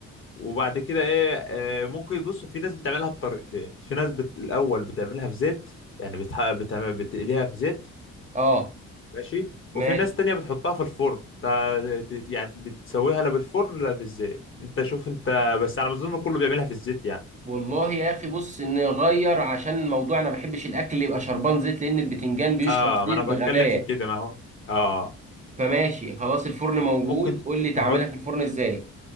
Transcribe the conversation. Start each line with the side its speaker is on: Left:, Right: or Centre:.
Left: وبعد كده ايه آه ممكن بص في ناس بتعملها بطريقتين في ناس بت... الاول بتعملها في زيت يعني بتح... بتعمل... بتقليها في زيت
Right: اه
Left: ماشي
Right: ماشي
Left: وفي ناس تانية بتحطها في الفرن انت ت- يعني بتسويها لا بالفرن لا في الزيت انت شوف انت بس على ما اظن كله بيعملها في الزيت يعني
Right: والله يا اخي بص نغير عشان الموضوع انا ما بحبش الاكل يبقى شربان زيت لان البتنجان بيشرب
Left: اه
Right: زيت
Left: ما انا بتكلم
Right: بغباء
Left: في كده ما هو اه
Right: فماشي خلاص الفرن موجود
Left: ممكن
Right: قول لي تعملها
Left: تحط
Right: في الفرن ازاي